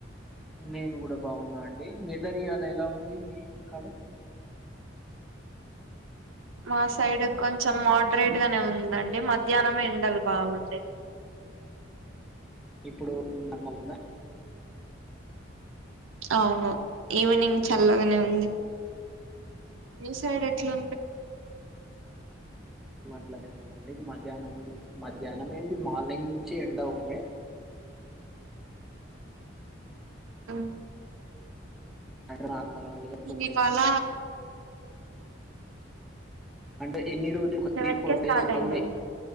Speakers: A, in the centre; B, on the right.
A: నేను కూడా బాగున్నా అండి వెదర్ ఇ అలా ఎలా ఉంది మీ కాడ
B: మా సైడ్ కొంచెం మోడరేట్ గానే ఉందండి మధ్యాహ్నం ఎండలు బాగుండడి
A: ఇప్పుడుమ ఎ
B: అవును ఈవినింగ్
A: ఉమ్.
B: చల్లగానే ఉంది మీ సైడ్ ఎట్లు
A: అట్లా ఉందండి మధ్యాహ్నం మధ్యాహ్నం ఏ మా మార్నింగ్ నుంచి ఎండ ఉండే
B: ఆ
A: నార్మ కొంచెం
B: ఇవాళ
A: అంటే ఇన్ని రోజులు
B: సెవెన్
A: తీ ఫోర్
B: కే స్టార్ట్
A: డేస్
B: అయిందండి
A: అఔడి